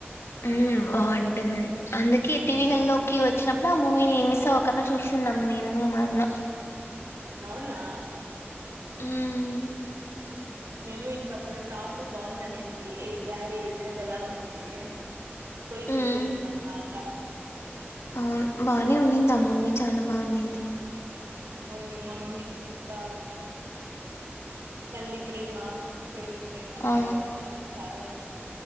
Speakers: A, on the left (about 80°); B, on the right (about 85°).
A: ఉ
B: ఆ
A: బాగుంటుంది అందుకే టీవీలలో కి వచ్చినప్పుడు ఆ మూవీని మిస్ అవ్వకున్నా చూస్తున్నాం మేను మా అన్న
B: అవునా
A: ఉమ్
B: మేము ఇంక అప్పుడు టాక్ బాగుందనేసి డాడీ ఇంక పోదామంటే పోయి
A: హ్మ్
B: చూసింటి అన్నమాట
A: అవును బానే ఉన్నింది ఆ మూవీ చనా బావున్నింది
B: అవును మమ్మీ ఒక్క తల్లి ప్రేమ కొడుకు ప్రేమ అంద
A: ఆ
B: బా చుపిస్తస్తారు